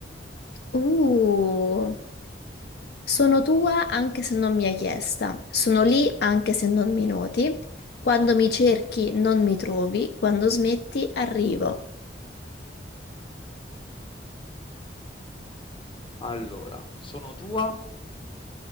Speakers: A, on the left (about 60°); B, on the left (about 30°).
A: uh. Sono tua anche se non mi hai chiesta, sono lì anche se non mi noti, quando mi cerchi non mi trovi, quando smetti arrivo.
B: Allora, sono tua.